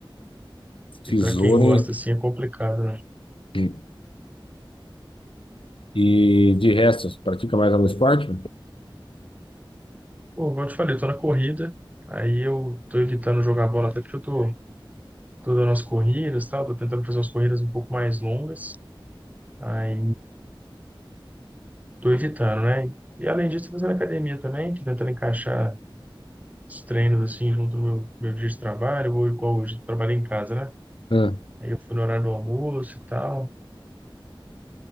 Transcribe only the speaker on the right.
E para quem gosta assim é complicado, né?
Pô, como eu te falei, eu tô na corrida, aí eu tô evitando jogar bola até porque eu tô, tô dando as corridas, e tal, tô tentando fazer umas corridas um pouco mais longas, Aí tô evitando, né? E além disso, tô fazendo academia também, tô tentando encaixar os treinos assim junto ao meu, meu dia de trabalho, ou igual hoje, eu trabalhei em casa, né?
Aí eu fui no horário do almoço e tal.